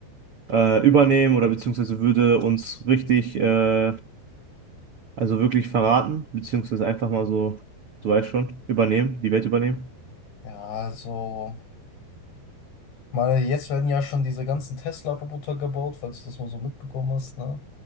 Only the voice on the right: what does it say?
äh, übernehmen oder beziehungsweise würde uns richtig, äh, also wirklich verraten, beziehungsweise einfach mal so, du weißt schon, übernehmen, die Welt übernehmen?